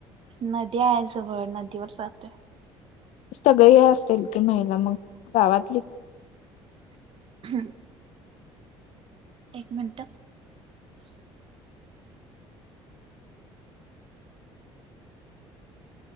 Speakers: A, on the right; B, on the left.
A: नदी आहे जवळ नदीवर जातोय.
B: सगळी असतील की महिला मंग गावातली?
A: हम्म एक मिनटं